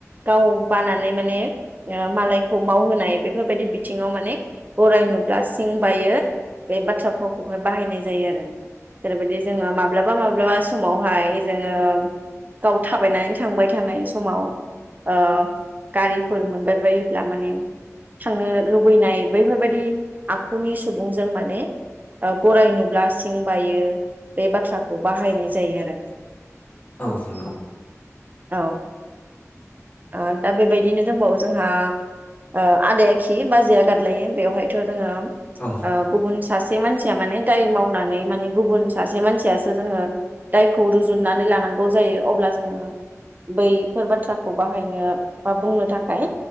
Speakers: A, on the right; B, on the left.
A: गाव बानानै माने ओ मालायखौ मावहोनाय बेफोरबायदि बिथिङाव माने गराय नुब्ला सिं बायो बे बाथ्रा फाव खौहाय बाहायनाय जायो आरो जेरैबायदि जोङो माब्लाबा माब्लाबा समावहाय जोङो गाव थाबायनानै थांबाय थानाय समाव ओ गारिफोर मोनबाय बायोब्ला माने थांनो लुबैनाय बैफोरबायाददि आखुनि सुबुंजों माने ओ गराइ नुब्ला सिं बायो बे बाथ्राखौ बाहायनाय जायो आरो
B: औ नंगौ
A: औ ओ दा बेबायदिनो दंबावो जोंहा ओ आदाय खि बाजैया गाद लायो बेयावहायथ जोंङो
B: औ
A: ओ गुबुन सासे मानसि मान दाय मावना नि माने गुबुन सासे मानसियासो जोंङो दायखौ रुजुननानै लानांगौ जायो अब्ला जोंङो बैफोर बाथ्रा बाहायनो बा बुंनो थाखाय